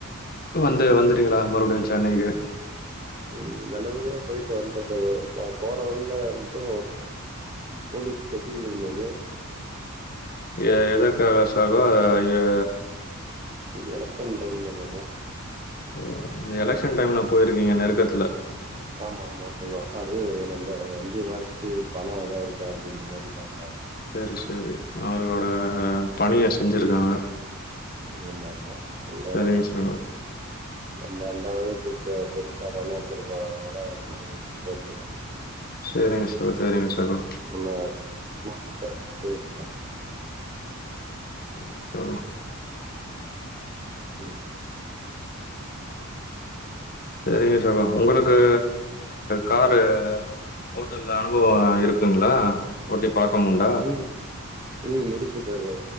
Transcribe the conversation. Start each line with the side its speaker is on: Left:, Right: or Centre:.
Left: வந்து வந்துட்டீங்களா மறுபடியு சென்னைக்கு
Right: ம் நல்லபடியா போய்ட்டு வன்ட்டே சகோ இப்போ போற வழில மட்டு போலீஸ் செக்கிங் இருந்தது
Left: எ எதற்காக சகோ எ
Right: எலக்ஸன் டைம்ல போனோ
Left: ஓ அந்த எலெக்ஸன் டைம்ல போயிருக்கீங்க நெருக்கத்துல
Right: ஆமா ஆமா பொதுவா அது நம்ம ஆமா ஆமா சகோ அது நம்ப வண்டிய மறச்சி பணோ எதாது இருக்கா அப்டீன்ற மாதிரி பாப்பாங்க
Left: செரி செரி அவர்களோட பணிய செஞ்சிருக்காங்க
Right: ஆமா ஆமா அந்த
Left: சரிங்க சகோ.
Right: நா அந்தளவுக்கு இப்ப பெருசா பணோ எடுத்துட்டு போவாததுனால அங்க கொஞ்சோ கேக்கல
Left: செரிங்க சகோ செரிங்க சகோ
Right: நம்ம <unintelligible>
Left: செரிங்க சகோ
Right: ம்
Left: செரிங்க சகோ உங்குளுக்கு காரு ஹோட்டல்ல அனுபவோ இருக்குங்களா ஓட்டி பழக்கமுண்டா
Right: ம் ம் இருக்கு சகோ